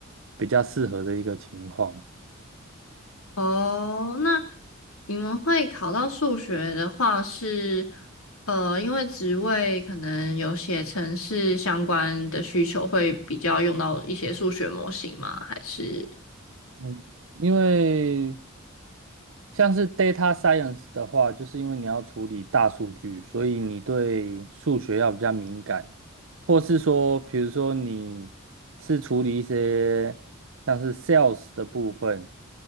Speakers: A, on the right (about 65°); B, on the left (about 85°).
A: 比较适合的一个情况。
B: 哦，那你们会考到数学的话是，呃，因为职位可能有写程式相关的需求，会比较用到一些数学模型吗？还是
A: 嗯，因为像是 data science 的话，就是因为你要处理大数据，所以你对数学要比较敏感，或是说，比如说你是处理一些像是 sales 的部分，